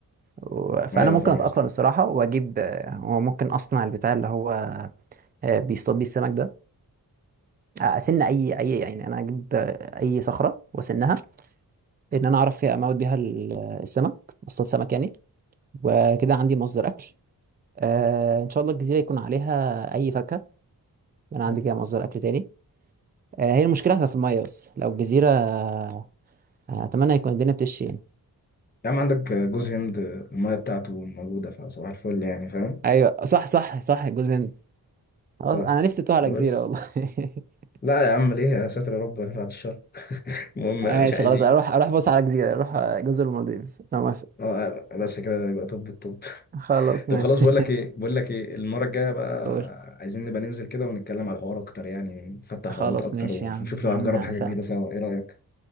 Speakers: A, on the right; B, on the left.
A: و- فانا
B: ايوه
A: ممكن
B: فاهم
A: اتاقلم الصراحه واجيب آه، وممكن اصنع البتاع اللي هو آه، بيصطاد بيه السمك ده آه، اسن اي اي يعني انا اجيب آه، اي صخره واسنها ان انا اعرف فيها اموت بيها ال- السمك اصطاد سمك يعني وكده عندي مصدر اكل آه، ان شاء الله الجزيره يكون عليها اي فاكهه انا
B: قصدي
A: عندي كده مصدر اكل تاني آه، هي المشكله هتبقى في الميه بس لو الجزيره آه، اتمنى يكون الدنيا بتشي يعني
B: يا عم عندك جوز هند المية بتاعته موجودة فصباح الفل يعني فاهم
A: ايوه صح صح صح الجزء ده خلاص
B: صح
A: انا نفسي اتوه على
B: فبس
A: جزيره والله <laughs>
B: لا يا عم ليه يا ساتر يا رب بعد الشر <laughs> المهم
A: ماشي
B: مش عايزين
A: خلاص اروح اروح بص على جزيرة اروح آه، جزر المالديفز انا موافق
B: اه بس كده يبقى طب الطب <laughs>
A: خلاص
B: طب
A: ماشي
B: خلاص بقول لك ايه بقول لك ايه المرة الجاية بقى
A: <laughs> قول
B: عايزين نبقى ننزل كده ونتكلم على الحوار اكتر يعني نفتح
A: خلاص
B: حوارات اكتر
A: ماشي
B: ونشوف
A: يا عم
B: لو
A: يا
B: هنجرب
A: عم
B: حاجة
A: سهلة
B: جديدة سوا ايه رأيك؟